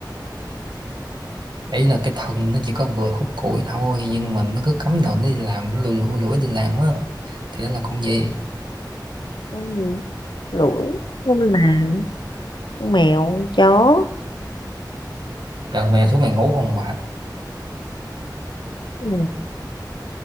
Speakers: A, on the right; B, on the left.
A: ấy là cái thân nó chỉ có vừa khúc củi thôi nhưng mà nó cứ cắm đầu nó đi làm nó lủi lủi lủi đi làm á thì nó là con gì
B: con gì lủi con làm con mèo con chó
A: giờ mẹ suốt ngày ngủ không bà
B: ừ.